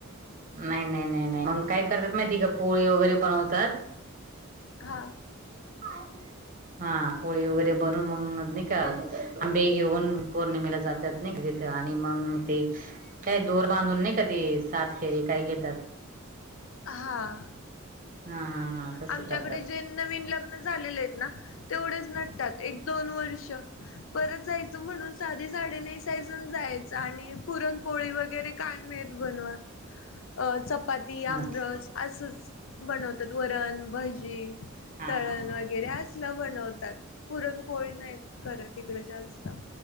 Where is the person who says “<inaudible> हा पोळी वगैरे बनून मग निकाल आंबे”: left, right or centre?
Right